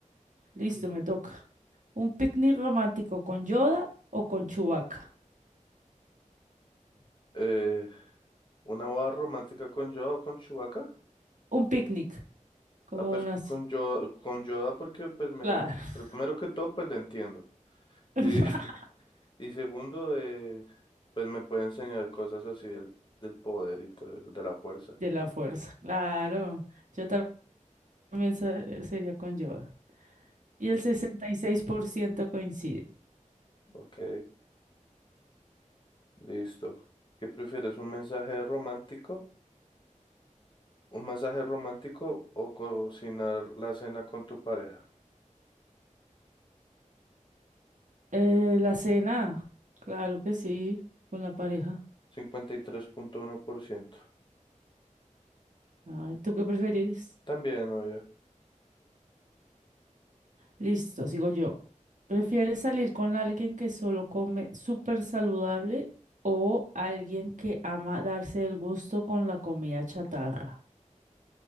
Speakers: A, on the right (about 70°); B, on the left (about 35°).
A: Listo,
B: <clears throat>
A: me toca. ¿Un picnic romántico con Yoda o con Chewbacca?
B: Eh, ¿una boda romántica con Yoda o con Chewbacca?
A: Un picnic, como
B: Ah, pues
A: unas...
B: con Yoda, con Yoda porque pues me,
A: Claro.
B: pero primero que todo pues le entiendo.
A: <laughs>
B: Y, <laughs> y segundo, eh, pues me puede enseñar cosas así del, del poder y todo, eso, de la fuerza.
A: De la fuerza, claro. Yo tam- también se- sería con Yoda. Y el 66% coincide.
B: Ok. Listo. ¿Qué prefieres? ¿Un mensaje romántico? ¿Un masaje romántico o cocinar la cena con tu pareja?
A: Eh, la cena, claro que sí, con la pareja.
B: cincuenta y tres punto uno por ciento
A: Ay, ¿tú qué preferís?
B: También, obvio.
A: Listo, sigo yo. ¿Prefieres salir con alguien que solo come súper saludable o alguien que ama darse el gusto con la comida chatarra?